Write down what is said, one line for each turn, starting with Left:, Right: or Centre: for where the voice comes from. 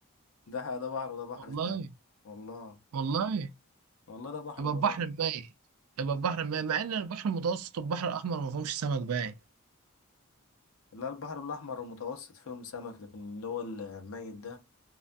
Left: ده ده بحر وده بحر
Right: والله
Left: تاني والله
Right: والله
Left: والله ده بحر
Right: يبقى
Left: وده
Right: البحر
Left: بحر
Right: الميت يبقى البحر الميت مع ان البحر المتوسط والبحر الاحمر ما فيهمش سمك باين
Left: لا البحر الأحمر المتوسط فيهم سمك لكن اللي هو ال- الميت ده